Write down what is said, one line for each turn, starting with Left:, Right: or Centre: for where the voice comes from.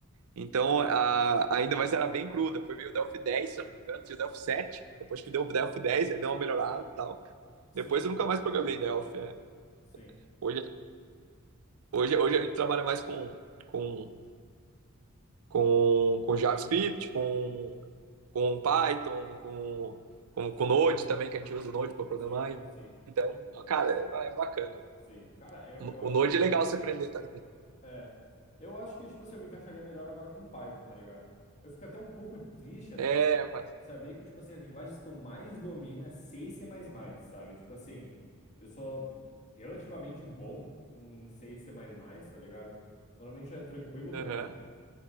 Right: Então, a, ainda mais era bem cru. Depois veio o Delphi 10, se eu não me engano, tinha o Delphi 7. Depois que deu o Delphi 10, aí deu uma melhorada e tal.
Left: Sim.
Right: Depois eu nunca mais programei Delphi. é.
Left: Sim.
Right: Hoje, hoje, hoje a gente trabalha mais com, com, com, com JavaScript, com, com Python, com, com, com Node também, que a gente usa o Node para programar.
Left: Sim, sim,
Right: Então, cara, é, é bacana.
Left: sim. Cara, eu,
Right: O
Left: eu acho
Right: Node
Left: que eu vou.
Right: é legal você aprender também.
Left: É. Eu acho que, tipo assim, eu me encaixaria melhor agora com Python, tá ligado? Eu fico até um pouco triste até
Right: Tá? É, rapaz.
Left: saber que, tipo assim, as linguagens que eu mais domino é C e C++, sabe? Tipo assim, eu sou relativamente bom em C e C++, tá ligado? Normalmente é tranquilo
Right: Aham,
Left: pra mim.